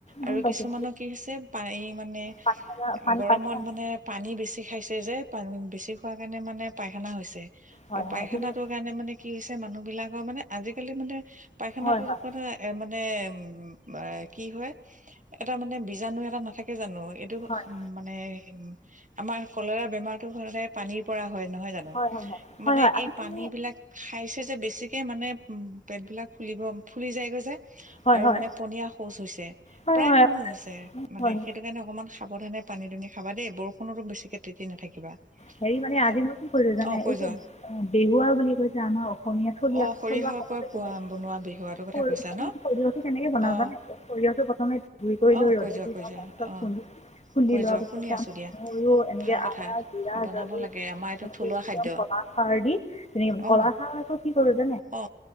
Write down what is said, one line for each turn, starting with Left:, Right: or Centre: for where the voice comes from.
Left: গম
Right: আৰু
Left: পাইছোঁ
Right: কিছুমানৰ কি হৈছে পানি মানে
Left: পানী লগা পানী
Right: গৰমত
Left: পাইখানা
Right: মানে পানী বেছি খাইছে যে পানি বেছি খোৱাৰ কাৰণে মানে পায়খানা হৈছে
Left: হয়
Right: আৰু
Left: হয়
Right: পায়খানাটো
Left: ঠিক আছে
Right: কাৰণে মানে কি হৈছে মানুহ বিলাকৰ মানে আজি আজি কালি মানে পায়খানাটোৰ
Left: হয় হয় হয়
Right: কৰা এ মানে উম বা কি হয় এটা মানে বীজাণু এটা নাথাকে জানো এইটো
Left: হয়
Right: মানে উ আমাৰ কলেৰা বেমাৰতটো সদায় পানীৰ পৰা হয় নহয় জানো
Left: হয় হয় হয়
Right: মানে
Left: হয় হয় আজি
Right: এই
Left: তুমি
Right: পানী বিলাক খাইছে যে বেছিকে মানে উম পেটবিলাক ফুলিব ফুলি যায়গৈ যে আৰু
Left: হয় হয়
Right: মানে পনীয়া শৌচ হৈছে
Left: হয়
Right: প্ৰায়
Left: হয়
Right: মানুহ হৈছে মানে
Left: হয়
Right: সেইটো কাৰণে অকমান সাৱধানে পানী দুনি খাবা দেই বৰষুণতো বেছিকে তেতি নাথাকিবা অ
Left: হেৰি মানে আজি মই কি কৰিলোঁ জানে
Right: কৈ
Left: এই যে
Right: যোৱা
Left: অ, বেহুৱা বুলি কয় যে আমাৰ অসমীয়া থলুৱা
Right: অ সৰিয়হৰ
Left: থলুৱা খাদ্যটো
Right: পৰা পোৱা
Left: বেলেগ।
Right: বনোৱা বিহুৱটোৰ
Left: সৰ-
Right: কথা কৈছা
Left: আমি
Right: ন
Left: সৰিয়হটো কেনেকে বনাওঁ
Right: অ
Left: জানে সৰিয়হটো প্ৰথমে গুৰি কৰি
Right: অ
Left: লৈ ৰ'দে
Right: কৈ যোৱা
Left: দিওঁ
Right: কৈ
Left: তাৰপিছত
Right: যোৱা অ
Left: খুন্দি খুন্দি
Right: কৈ
Left: লোৱা
Right: যোৱা
Left: পিছত
Right: শুনি
Left: তাত
Right: আছো দিয়া
Left: নৰু এনেকে
Right: ভাল কথা
Left: আদা জুৰা
Right: বনাব
Left: জালু
Right: লাগে আমাৰ এইটো
Left: একদম
Right: থলুৱা খাদ্য
Left: কলা খাৰ দি তেনে
Right: অ
Left: কলাখাৰ আকৌ কি কৰো যে
Right: অ